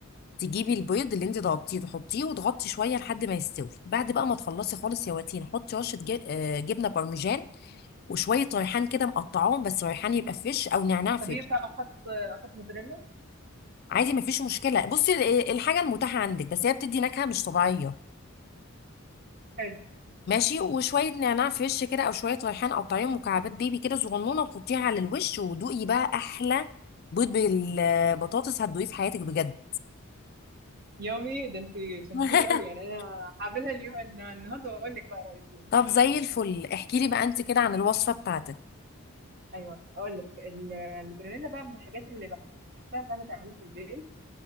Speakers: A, on the left; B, on the right.
A: تجيبي البيض اللي انت ضربتيه تحطيه وتغطي شويه لحد ما يستوي بعد بقى ما تخلصي خالص يا واتين حطي رشه جب... آه، جبنه بارميجان وشويه ريحان كده مقطعاهم بس ريحان يبقى فريش او نعناع فريش
B: طب ينفع احط احط موتزاريلا
A: عادي مفيش مشكله بصي ال- الحاجه المتاحه عندك بس هي بتدي نكهه مش طبيعيه
B: حلو
A: ماشي وشويه نعناع فريش كده او شويه ريحان قطعيهم مكعبات بيبي كده صغنونه وتحطيها على الوش ودوقي بقى احلى بيض بالبطاطس هتدوقيه في حياتك بجد
B: يومي ده انت شهتيني
A: <laughs>
B: قوي يعني انا هعملها اليوم النهارده واقول لك بقى رايي
A: طب زي الفل احكي لي بقى انت كده عن الوصفه بتاعتك
B: ايوه اقول لك ال- الجرانيلا بقى من الحاجات اللي بحسها سهله تعمليها في البيت